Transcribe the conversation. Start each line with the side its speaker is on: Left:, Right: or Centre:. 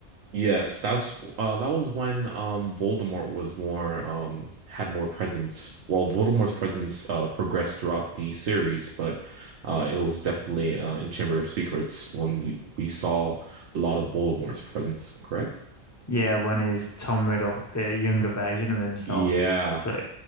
Right: Yes, that's uh that was when um Voldemort was more um had more presence. Well, Voldemort's presence uh progressed throughout the series, but uh it was definitely uh in Chamber of Secrets when we we saw a lot of Voldemort's presence, correct?
Left: Yeah, one is Tom Riddle, the younger version of himself.
Right: Yeah.
Left: So